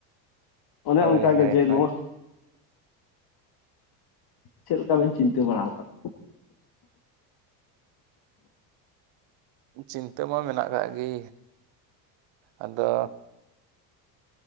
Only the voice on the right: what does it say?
ᱦᱳᱭ
ᱦᱳᱭ
ᱦᱳᱭ
ᱪᱤᱱᱛᱟᱹ ᱢᱟ ᱢᱮᱱᱟᱜ ᱟᱠᱟᱫ ᱜᱮ ᱟᱫᱚ